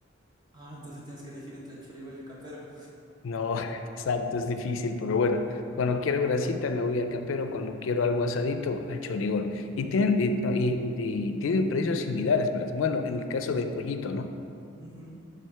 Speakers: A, on the right; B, on the left.
A: Ah, entonces tienes que elegir entre el choribol y el campero.
B: No, <laughs> exacto, es difícil, pero bueno, cuando quiero grasita me voy al campero, cuando quiero algo asadito al chorigol. Y tienen, y, no, y- y tienen precios similares, pero bueno, en el caso del pollito, ¿no?
A: <laughs> Ujú.